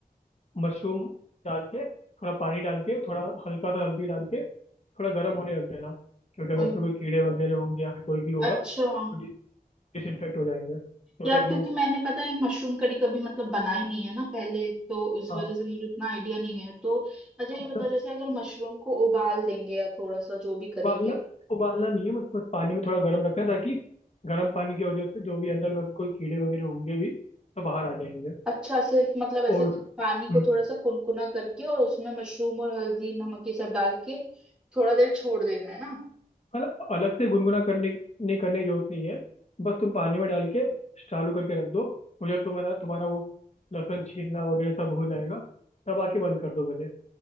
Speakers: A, on the left; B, in the centre.
A: मशरूम डाल के थोड़ा पानी डाल के थोड़ा हल्का सा हल्दी डाल के थोड़ा गर्म होने रख देना क्योंकि
B: ओ
A: अगर उसमें कोई कीड़े वगैरह होंगे या फिर कोई भी होगा
B: अच्छा
A: तो डिस डिसइन्फेक्ट हो जाएंगे तो
B: यार
A: मतलब
B: क्योंकि
A: वो
B: मैंने पता है मशरूम करी कभी मतलब बनाई नहीं है ना पहले तो इस
A: हाँ
B: वजह
A: हाँ,
B: से मुझे इतना आइडिया नहीं है तो अच्छा ये
A: मतलब
B: बताओ जैसे अगर मशरूम को उबाल देंगे या थोड़ा सा जो भी करेंगे
A: उबालना उबालना नहीं है बस बस पानी में थोड़ा गर्म रखना है ताकि गर्म पानी की वजह से जो भी अंदर का कोई कीड़े वगैरह होंगे भी तो बाहर आ जाएंगे
B: अच्छा सिर्फ मतलब ऐसे
A: और उस
B: पानी को
A: हम्म,
B: थोड़ा सा कुनकुना करके और उसमें मशरूम और हल्दी नमक ये सब डाल के थोड़ा देर छोड़ देना है ना
A: मतलब अलग से गुनगुना करने नहीं करने की जरूरत नहीं है बस तुम पानी में डाल के चालू करके रख दो उधर तुम्हारा तुम्हारा वो लहसुन छीलना वगैरह सब हो जाएगा तब आके बंद कर दो भले